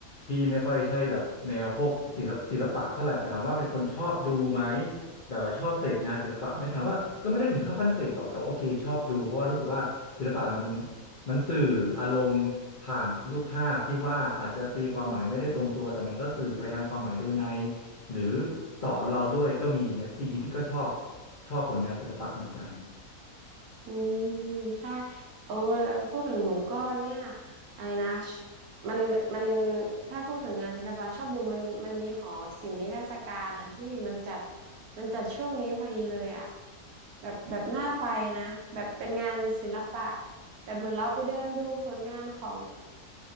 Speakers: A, on the left; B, on the right.
A: พี่ไม่ค่อยใช่แบบแนวพวกศิลปศิลปะเท่าไหร่แต่ถามว่าเป็นคนชอบดูไหมแบบว่าชอบเสพงานศิลปะไหมถามว่าก็ไม่ได้ถึงเข้าขั้นเสพหรอกแต่ว่าโอเคชอบดูเพราะว่ารู้สึกว่าศิลปะมันมันสื่ออารมณ์ผ่านรูปภาพที่วาดอาจจะตีความหมายไม่ได้ตรงตัวแต่มันก็สื่อไปทางความหมายโดยในหรือสอนเราด้วยก็มีไงจริงๆพี่ก็ชอบชอบผลงานศิลปะเหมือนกัน
B: อืมใช่เออแล้วพูดถึงหนูก็เนี่ยไอ้นะชมันมันถ้าพูดถึงงานศิลปะชอบดูมันมันมีหอศิลป์นิทรรศการนะพี่มันจัดมันจัดช่วงนี้พอดีเลยอ่ะแบบแบบน่าไปนะแบบเป็นงานศิลปะแบบเหมือนเราไปเดินดูผลงานของ